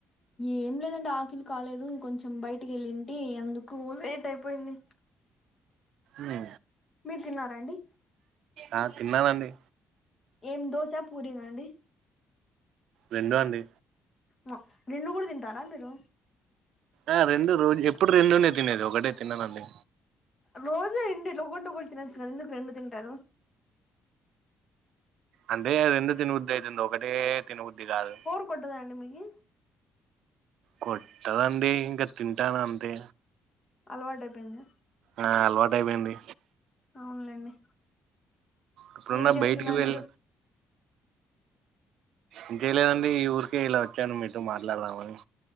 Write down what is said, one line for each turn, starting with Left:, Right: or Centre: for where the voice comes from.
Left: ఏం లేదండి ఆఖలి కాలేదు కొంచెం బయటికి ఏలీన్ టి అందుకు లేట్ అయిపోయింది
Right: ఉ
Left: మీరు తిన్నారా అండి
Right: ఆ తిన్నానండి
Left: ఏం దోశ పూరీనా అండి
Right: రెండూ అండి
Left: మా రెండు గూడా తింటారా మీరు
Right: ఆ రెండు రోజు ఎప్పుడు రెండునే తినేది ఒకటే తిననండి
Left: రోజు రెండి ఎట్లా ఒకొటి ఒకటి తినచ్చు కదా ఎందుకు రెండు తింటారు
Right: అంటే రెండు తినబుద్ది అయితుంది ఒకటే తినబుద్ది కాదు
Left: కొట్టద అండి మీకి
Right: కొట్టదండి ఇంకా తింటాను అంతే
Left: అలవాటయిపోయిందిగ
Right: ఆ అలవాటయిపోయింది
Left: అవునులేండి
Right: ఇప్పుడున్న
Left: ఏం చేస్తున్నారు
Right: బయటికి వెళ్ళ
Left: మీరు
Right: ఇంకేం లేదండి ఈ ఊరికే ఇలా వచ్చాను మీతో మాట్లాడదామని